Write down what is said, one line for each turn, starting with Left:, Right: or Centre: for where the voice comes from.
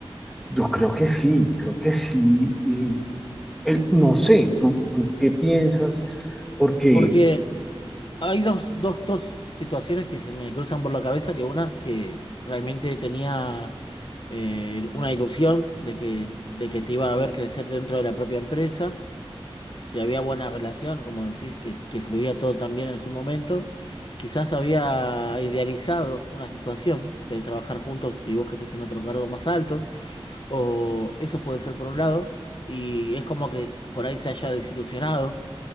Centre: Yo creo que sí, creo que sí. y el- no sé, ¿tú, tú qué piensas? Porque
Left: Porque hay dos, dos, dos situaciones que se me cruzan por la cabeza, que una que realmente tenía eh, una ilusión de que, de que te iba a ver crecer dentro de la propia empresa. si había buena relación, como decís, que, que fluía todo tan bien en su momento, quizás había idealizado una situación de trabajar juntos y vos que estés en otro cargo más alto, o eso puede ser por un lado, y es como que por ahí se haya desilusionado